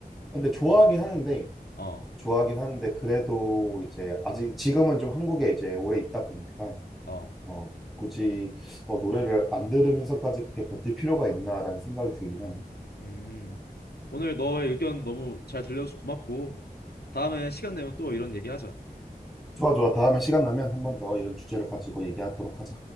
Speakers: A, in the centre; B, on the left (about 85°).
A: 근데 좋아하긴 하는데,
B: 어,
A: 좋아하긴 하는데 그래도 이제 아직 지금은 좀 한국에 이제 오래 있다 보니까
B: 어.
A: 어, 굳이 어, 노래를 안 들으면서까지 그렇게 버틸 필요가 있나라는 생각이 들긴 하네.
B: 음. 오늘 너의 의견 너무 잘 들려줘서 고맙고 다음에 시간 되면 또 이런 얘기하자.
A: 좋아, 좋아. 다음에 시간 나면 한 번 더 이런 주제를 가지고 얘기하도록 하자.